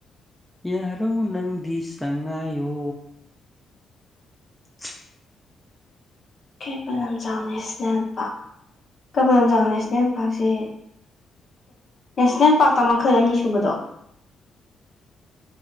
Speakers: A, in the centre; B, on the left.
A: ꯌꯥꯔꯣ ꯅꯪꯗꯤ ꯁꯉꯥꯏꯌꯣ <inaudible>
B: ꯀꯩꯕꯨꯜ Lamjao national park Keibul Lamjao national ꯄꯥꯛꯁꯦ ꯅꯦꯁꯅꯦꯜ ꯄꯥꯔꯛꯇ ꯃꯈꯜ ꯑꯅꯤ ꯁꯨꯕꯗꯣ